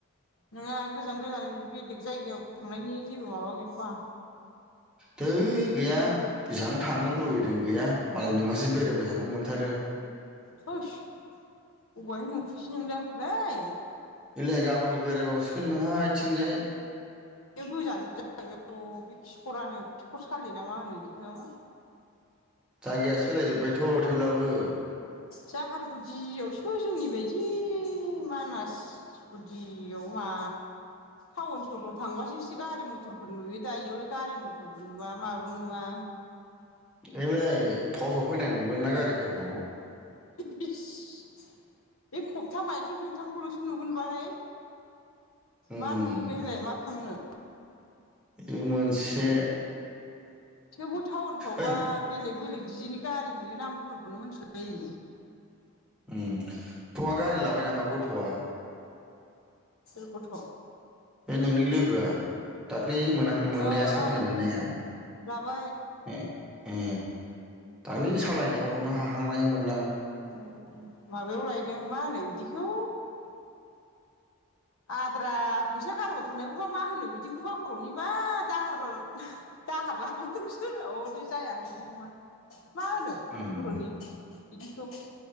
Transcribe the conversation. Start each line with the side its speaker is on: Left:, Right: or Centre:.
Left: नोंहा गोजान गोजान बेलेग जायगायाव थांनायनि जेबो माबा गैथ'वा?
Centre: धोय गैया बेसां थांनो लुबैदों गैया मालाय नोंहासो बेरायबाय थानो मोनथारो।
Left: होस अबायहाय नुखोसै नोंलाय आंखौलाय।
Centre: इलाय गाबोनबो बेरायबावसिगोन नोंहा इथिंजाय
Left: बे गोजान जाहैबाय बे खिखरानो खिखर सालि नामा होनो इदिखौ?
Centre: जायगाया सोलायजोब्बायथ' थेब्लाबो
Left: जाहारगुदियावसो जोंनि बायदि मानास गुदियाव मा टाउन सहराव थांबासो एसे गारि मथरफोर नुयो दा इयावलाय गारि मथरबो नुवा माबो नुवा।
Centre: ओयलाय फावसाव फैनाय नुगोन ना गारिफोरखौ।
Left: इस बे खब्थाम आइथिं थोंथामखौल'सो नुगोन बाहाय।
Centre: उम
Left: मा नुनो बेहायलाय मा थांनो
Centre: बे मोनसे
Left: थेवबो टाउनफ्रावबा
Centre: ओइ
Left: बेलेग बेलेग दिजेननि गारि नुयो नामफोरखौनो मोनथिलायि
Centre: उम थ'आ गारि लाबाय नामा गथ'आ?
Left: सोर गथ'?
Centre: बे नोंनि लोगोआ दाख्लै मोनहां मोननाया
Left: ओ
Centre: साख्रि
Left: ओ
Centre: मोननाया?
Left: लाबाय
Centre: ए ए दाख्लै सालायनायाव हमनो हाखांनाय मोनदां
Left: औ औ माबायाव लायदों मा होनो बिदिखौ आद्रा फैसा गारहरथ'नायखौबा मा होनो बिदिखौबा बर'निबा दाहार दाहार लाबादों सोरनाव अदि जायाहाय इदि नङा। मा होनो
Centre: उम
Left: बर'नि बिदिखौ?